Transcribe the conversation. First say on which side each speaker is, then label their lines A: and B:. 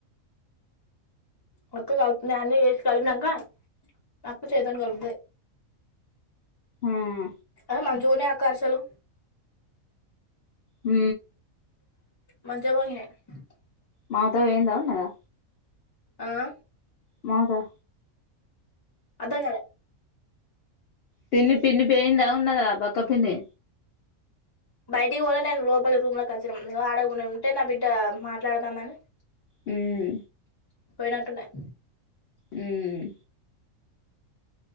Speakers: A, on the left (about 20°); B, on the left (about 60°).
A: మత్త కలుపుంది అన్నీ వసి కలిపినాక నాకు చేద్దాం కలుపుతా
B: ఉమ్
A: అదే మనంచగానే ఆకార్షాలు
B: హ
A: <inaudible>
B: మా అత్త పోయిందా ఉన్నదా
A: ఆ
B: మాదా
A: అఅర్థం కాలే
B: పిన్ని పిన్ని పేయిందా ఉన్నదా బక్క పిన్ని
A: బయటిక్ పోలే నేన్ లోపలి రూమ్లక్ వచ్చినం ఆడ ఉంటే నా బిడ్డ మాట్లాడదామని
B: మ్
A: పోయినట్టున్నయి
B: హ్ మ్